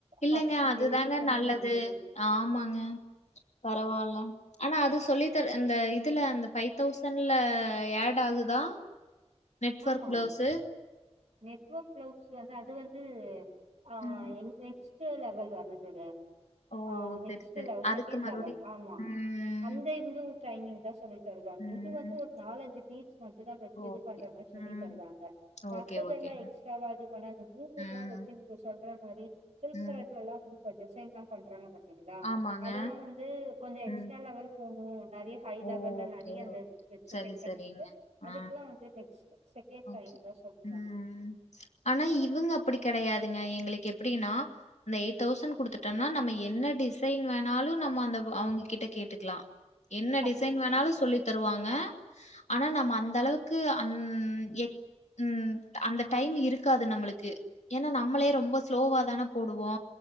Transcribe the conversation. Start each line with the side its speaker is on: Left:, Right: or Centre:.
Left: இல்லங்க
Right: ஃபர்ஸ்ட்
Left: அதுதாங்க
Right: பேசிக் தான
Left: நல்லது
Right: நம்ளுக் இது <inaudible>
Left: ஆமாங்க பரவால்ல ஆனா அது சொல்லி தர இந்த இதுல இந்த ஃபைவ் தௌசண்ட்ல ஆட் ஆகுதா
Right: <inaudible>
Left: நெட்வொர்க்
Right: ஆமா
Left: பிளவுஸு
Right: நெட்வொர்க் பிளவுஸ் வந்து அது வந்து ஆ
Left: ம்
Right: எங்கேச் <unintelligible> லெவல் வராதுங்க
Left: ஓ
Right: ஆ நெக்ஸ்ட்
Left: சரி சரி
Right: லெவ்
Left: அதுக்கு
Right: செகண்ட்
Left: மறுபடி
Right: லெவ ஆமா
Left: ம்
Right: அங்க இந்து ட்ரைனிங் தா சொல்லி தருவாங்க
Left: ம்
Right: இது வந்து ஒரு நாலுஞ்சு பீட்ஸ் மட்டும் தா வச்சு
Left: ஓகே
Right: இது பண்ற சொல்லி
Left: ம்
Right: தருவாங்க மத்ததெல்லா
Left: ஓகே ஓகேங்க
Right: எக்ஸ்ட்ராவாஜ் பண்ணது <unintelligible>
Left: ம்
Right: நீங்க சொல்ற மாரி சொல் <unintelligible>
Left: ம்
Right: இப்ப டிசைன்லா பண்றங்க பாத்தீங்களா
Left: ஆமாங்க
Right: அதெல்லா வந்து கொஞ்ச எக்ஸ்ட்ரா
Left: ம்
Right: லெவல் போணு நெறைய ஹை லெவல்ல
Left: ஓகே
Right: நிறைய அந்த வச்சு
Left: சரி
Right: தைக்கறதுக்கு
Left: சரிங்க.
Right: அதுக்கெல்லா
Left: ஆ
Right: வந்து நெக்ஸ்ட் செகண்ட்
Left: ஓகே
Right: டைம் தா சொல்லி தர
Left: ம் ஆனா இவங்க அப்டி கெடையாதுங்க எங்களுக் எப்டின்னா இந்த எய் தௌசண் கொடுத்துட்டோம்னா நம்ம என்ன டிசைன் வேணாலு நம்ம அந்த வ அவங்ககிட்ட கேட்டுக்கலா என்ன
Right: கத்துக்கலா
Left: டிசைன் வேணாலும் சொல்லி தருவாங்க ஆனா நம்ம அந்த அளவுக்கு அன் எ ம் அந்த டைம் இருக்காது நம்மளுக்கு ஏன்னா நம்மளே ரொம்ப ஸ்லோவா தான போடு வோ